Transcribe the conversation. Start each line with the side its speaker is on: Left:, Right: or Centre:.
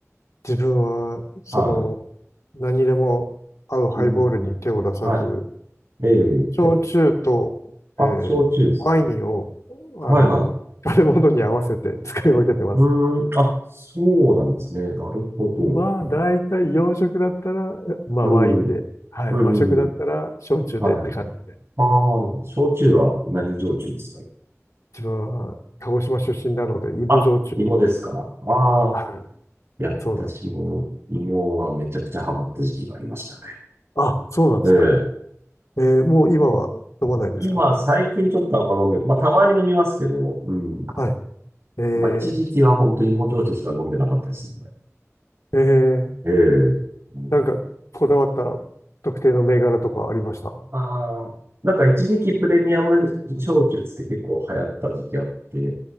Left: 自分は、その、
Right: はい。
Left: 何でも合うハイボールに手を出さず、
Right: うん。はい。え
Left: 焼酎と、
Right: えあ、
Left: えーワインを、
Right: 焼酎です。はいはい。
Left: あの、食べ物に合わせて <laughs> 使い分けてます。
Right: うーん。あ、そうなんですね。なるほど。
Left: まあ、大体洋食だったら、まあ、
Right: うん。
Left: ワインで、
Right: うん。
Left: はい、和食だったら、
Right: うん
Left: 焼酎でって感じで。
Right: はいはい。ああ、でも、焼酎は何焼酎ですか
Left: 自分は、鹿児島出身なので、芋焼酎。
Right: あ、芋ですか。ああ。
Left: はい、
Right: いや、
Left: そうなんです。
Right: 私も芋はめちゃくちゃハマった時期がありましたね。
Left: あ、そうなんですか。
Right: ええ
Left: えーもう今は飲まないですか
Right: 今、最近ちょっとあんま飲んで、まあ、たまに飲みますけど、うん。
Left: はい。えー、
Right: まあ、一時期は本当に芋焼酎しか飲んでなかったですね。
Left: えー
Right: ええもう
Left: なんか、こだわった特定の銘柄とかありました
Right: ああ、なんか一時期プレミアム焼酎つって結構流行った時期あって、